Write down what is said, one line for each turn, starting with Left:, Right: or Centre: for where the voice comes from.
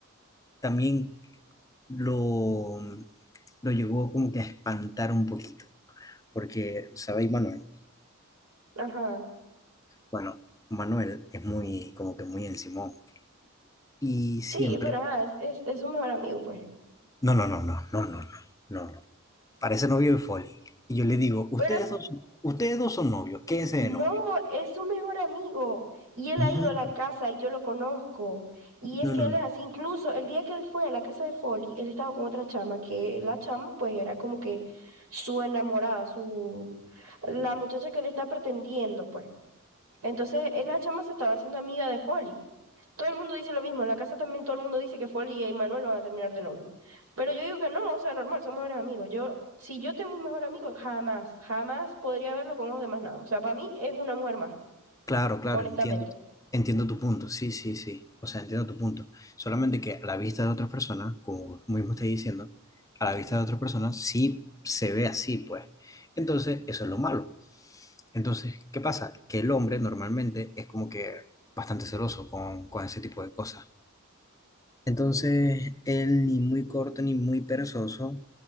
Left: también lo, lo llevó como que a espantar un poquito. Porque, ¿sabéis, Manuel?
Right: Ajá.
Left: Bueno, Manuel es muy, como que muy encimón. Y siempre.
Right: Sí, pero ajá, es, es, es su mejor amigo, pues.
Left: No, no, no, no, no, no, no, no, no. Parece novio de Folly Y yo le digo, ustedes
Right: Pero s-
Left: dos, son- ustedes dos son novios, quédense
Right: no,
Left: de novios.
Right: es su mejor amigo. Y él ha ido
Left: No,
Right: a la casa y yo lo conozco. Y es
Left: no,
Right: que
Left: no,
Right: él
Left: no.
Right: es así. Incluso el día que él fue a la casa de Folly, él estaba con otra chama, que la chama, pues, era como que su enamorada, su la muchacha que le está pretendiendo, pues. Entonces, él, la chama se estaba haciendo amiga de Folly. Todo el mundo dice lo mismo, en la casa también todo el mundo dice que Folly y Manuel van a terminar de novio. Pero yo digo que no, o sea, normal, son mejores amigos. Yo, si yo tengo un mejor amigo, jamás, jamás podría verlo con ojos de más nada. O sea, para mí es una mujer más,
Left: Claro, claro,
Right: honestamente.
Left: entiendo, entiendo tu punto, sí, sí, sí, o sea, entiendo tu punto. Solamente que a la vista de otras personas, como mismo estoy diciendo, a la vista de otras personas sí se ve así, pues. Entonces, eso es lo malo. Entonces, ¿qué pasa? Que el hombre normalmente es como que bastante celoso con, con ese tipo de cosas. Entonces, él ni muy corto ni muy perezoso